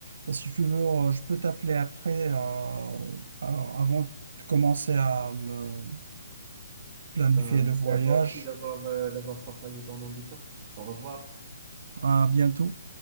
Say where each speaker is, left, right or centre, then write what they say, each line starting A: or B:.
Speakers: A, on the right; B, on the right.
A: Et si tu veux, euh, je peux t'appeler après, euh, a- avant de commencer à me planifier
B: Ben, merci
A: le voyage.
B: à toi aussi d'avoir, euh, d'avoir partagé ton ambition. Au revoir.
A: À bientôt.